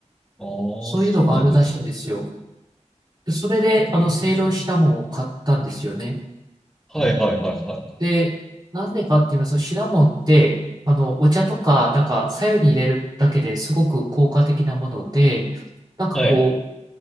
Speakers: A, in the centre; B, on the right.
A: あ
B: そういうのがあるらしいんですよ。
A: あ、そうなんですか。
B: で、それで、あの、
A: えー、
B: セイロンシナモンを買ったんですよね。
A: はいはいはいはい。
B: で、なんでかって言いますと、シナモンって、あの、お茶とか、なんか、白湯に入れるだけですごく効果的なもので、なんかこ
A: はい。